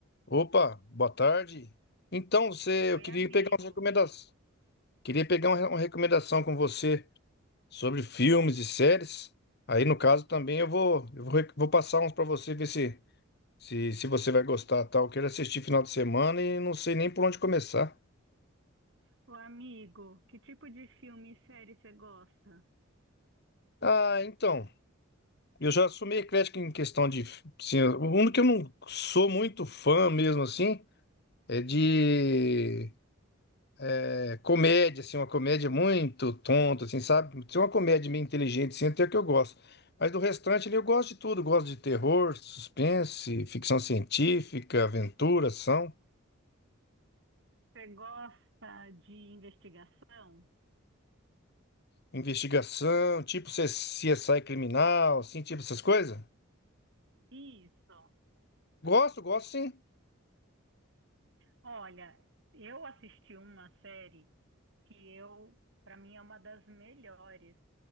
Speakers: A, on the left; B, on the right.
A: Opa, boa tarde. Então, você,
B: Oi,
A: eu queria
B: amigo.
A: pegar umas recomendações, queria pegar uma, uma recomendação com você sobre filmes e séries. Aí, no caso, também eu vou, eu vou, rec- vou passar uns para você ver se, se, se você vai gostar, tal. Eu quero assistir final de semana e não sei nem por onde começar.
B: Ô, amigo, que tipo de filme e série você gosta?
A: Ah, então, eu já sou meio eclético em questão de, assim, o único que eu não sou muito fã mesmo assim é de é, comédia, assim, uma comédia muito tonta, assim, sabe? Se é uma comédia meio inteligente, assim, até que eu gosto. Mas do restante ali eu gosto de tudo, gosto de terror, suspense, ficção científica, aventura, ação,
B: Você gosta de investigação?
A: investigação, tipo C- CSI criminal, assim, tipo essas coisas.
B: Isso.
A: Gosto, gosto sim.
B: Olha, eu assisti uma série que eu, para mim, é uma das melhores,